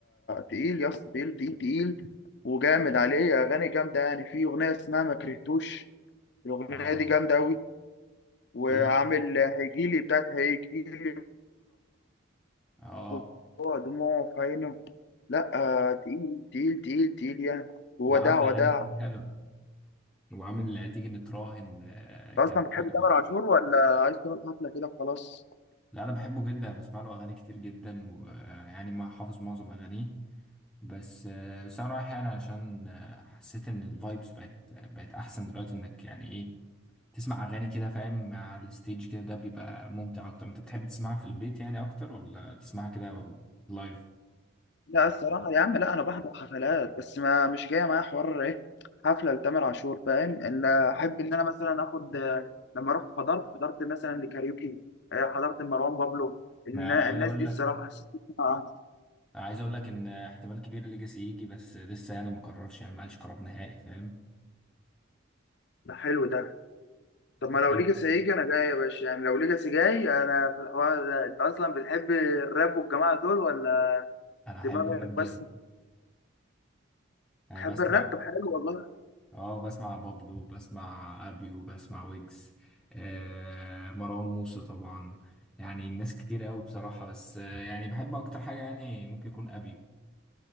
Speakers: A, on the left (about 55°); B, in the centre.
A: تقيل يا اسطى تقيل تقيل تقيل وجامد عليه اغاني جامده يعني في اغنيه اسمها ما كرهتوش
B: <laughs>
A: الاغنيه
B: اه
A: دي جامده قوي وعامل
B: في
A: هيجيلي بتاعت هيجيلي
B: اه
A: موضوع دموع في عينه لا آه، تقيل تقيل تقيل تقيل يعني ووداع
B: لا عامل
A: وداع
B: أغاني كتير حلوة وعامل تيجي نتراهن آه، كان
A: انت اصلا بتحب
B: في
A: تامر عاشور ولا عايز تروح حفله كده وخلاص
B: لا أنا بحبه جدا بسمع له أغاني كتير جدا ويعني ما حافظ معظم أغانيه بس آه، بس انا رايح يعني علشان آه، حسيت ان الفايبس بقت بقت احسن دلوقتي انك يعني ايه تسمع اغاني كده فاهم مع الستيج كده ده بيبقى ممتع اكتر انت بتحب تسمعها في البيت يعني اكتر ولا تسمعها كده لايف
A: لا الصراحه يا عم لا انا بحضر حفلات بس ما مش جايه معايا حوار ايه حفله لتامر عاشور فاهم ان احب ان انا مثلا اخد آه، لما رحت حضرت حضرت مثلا لكاريوكي آه، حضرت مروان بابلو النا-
B: ما انا عايز
A: الناس
B: اقول
A: دي الصراحه
B: لك
A: حسيت إن أنا- آه،
B: أنا عايز اقول لك ان احتمال كبير ليجاسي يجي بس لسه يعني ما قررش يعني ما قالش قرار نهائي فاهم
A: ده حلو ده طب ما لو
B: تحب
A: ليجاسي هيجي انا جاي يا باشا يعني لو ليجاسي جاي انا في الحوار ده انت اصلا بتحب الراب والجماعه دول ولا
B: انا احب
A: دماغك
B: الراب جدا
A: بس
B: انا
A: بتحب
B: بسمع
A: الراب طب حلو والله
B: اه بسمع بابلو بسمع ابيو بسمع ويجز آه مروان موسى طبعا يعني الناس كتير قوي بصراحة بس آه يعني بحب اكتر حاجة يعني ممكن يكون ابيو